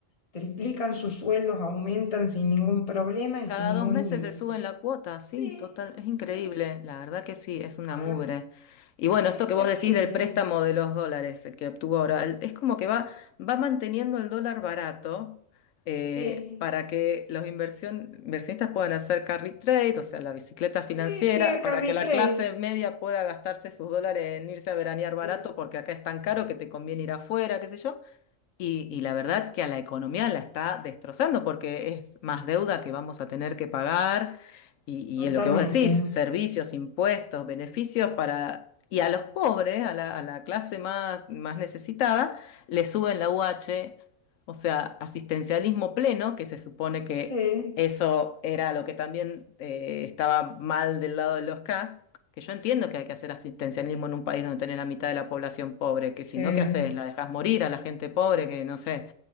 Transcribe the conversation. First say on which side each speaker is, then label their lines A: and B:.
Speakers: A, on the left (about 35°); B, on the left (about 85°).
A: triplican sus sueldos, aumentan sin ningún problema y
B: Cada
A: sin ningún
B: dos meses
A: límite.
B: se suben la cuota,
A: Sí,
B: sí, total, es increíble,
A: sí,
B: la verdad que sí, es una
A: ah,
B: mugre. Y bueno,
A: es
B: esto que vos
A: terrible.
B: decís del préstamo de los dólares, el que obtuvo ahora, el- es como que va, va manteniendo el dólar barato eh,
A: Sí,
B: para que los inversión- inversionistas puedan hacer carry trade, o sea, la bicicleta financiera,
A: sí, sigue
B: para
A: Carrie
B: que la
A: Trade.
B: clase media pueda gastarse sus dólares en irse a veranear barato,
A: de-
B: porque acá es tan caro que te conviene ir afuera, qué sé yo. Y, y la verdad que a la economía la está destrozando porque es más deuda que vamos a tener que pagar y, y
A: Totalmente.
B: es lo que vos decís, servicios, impuestos, beneficios para... Y a los pobres, a la, a la clase más, más necesitada, le suben la u h o sea, asistencialismo pleno, que se supone que
A: Sí,
B: eso era lo que también eh, estaba mal del lado de los K. Que yo entiendo que hay que hacer asistencialismo en un país donde tenés la mitad de la población pobre, que
A: sí.
B: si no, ¿qué haces? ¿La dejás morir a la gente pobre? Que no sé,